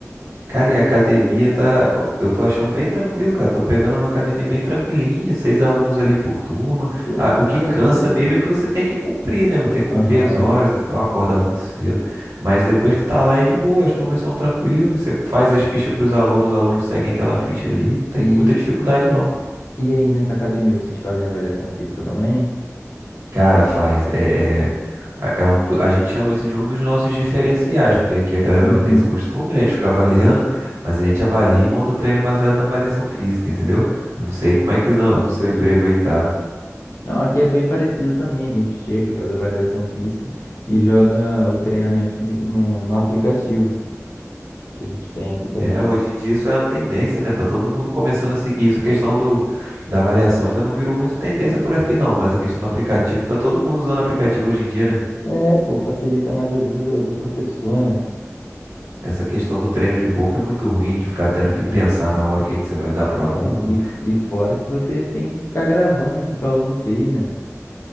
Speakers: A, on the right (about 65°); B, on the left (about 60°).
A: Cara, e a academia tá. Eu tô achando bem tranquilo, cara. Tô pegando uma academia bem tranquilinha, seis alunos ali por turma.
B: Pô,
A: Ah,
B: que
A: o
B: maravilha.
A: que cansa mesmo é que você tem que cumprir, né? mano? Tem que cumprir
B: Aham.
A: as horas e tal, acordar muito cedo. Mas depois que tá lá é de boa, as turmas são tranquilas. Você faz as fichas pros alunos, os alunos seguem aquela ficha ali. Não tem
B: E,
A: muita dificuldade, não.
B: e aí, nessa academia, vocês fazem avaliação física também?
A: Cara, faz. É, é, a- é um do- a gente chama isso de um dos nossos diferenciais, porque aqui a galera
B: Uhum.
A: não tem esse costume, né, de ficar <laughs> avaliando, mas a gente avalia e monta o treino baseado na avaliação física, entendeu? Eu não sei como é que no,
B: Entendi.
A: no seu emprego aí tá.
B: Não, aqui é bem parecido também. A gente chega, faz avaliação física e joga o treinamento do- no, no aplicativo que a gente tem aqui também.
A: É, hoje em dia isso é uma tendência, né? Tá todo mundo começando a seguir isso. A questão do, da avaliação ainda não virou muito tendência por aqui, não, mas a questão do aplicativo, tá todo mundo usando aplicativo hoje em dia, né?
B: É, pô, facilita mais a vida do, do professor, né?
A: Essa questão do treino de boca é muito ruim, de ficar tendo
B: Muito
A: que pensar na hora o que que você vai dar pro
B: Não,
A: aluno.
B: e, f- e fora que você tem que ficar gravando o que, que o aluno fez, né?